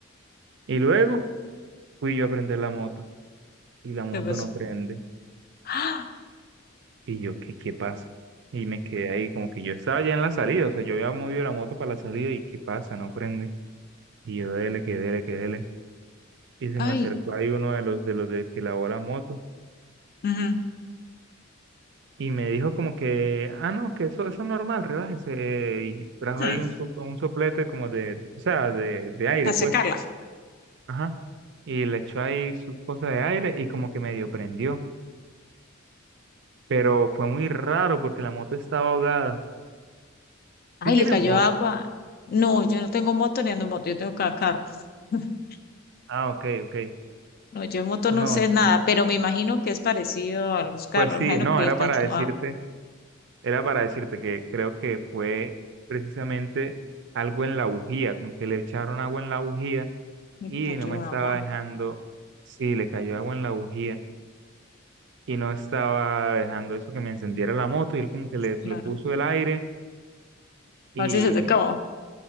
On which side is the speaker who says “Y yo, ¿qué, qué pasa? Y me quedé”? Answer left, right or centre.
Right